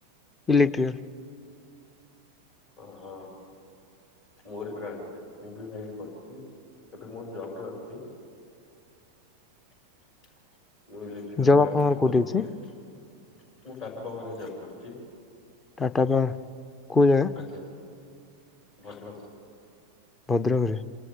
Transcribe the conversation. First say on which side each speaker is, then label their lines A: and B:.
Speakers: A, on the left (about 20°); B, on the left (about 50°).
A: ଇଲେକ୍ଟ୍ରିକାଲ।
B: ଓହୋ। ମୋର ବ୍ରାଞ୍ଚରେ ମୁଁ ବି ଭାଇ କରିଚି, ଏବେ ମୋର ଜବ ରେ ଅଛି। <inaudible> ମୁଁ ଇଲେକ୍ଟ୍ରିକାଲ
A: ଜବ୍
B: ବ୍ରାଞ୍ଚରେ
A: ଆପଣଙ୍କର କୋଉଠି
B: କରିକି
A: ଅଛି
B: ମୁଁ ଟାଟା ପାୱାରରେ ଜବ୍ କରିଚି।
A: ଟାଟା ବା କଉ ଜାଗା?
B: ଆଜ୍ଞା ଭଦ୍ରକ।
A: ଭଦ୍ରକରେ?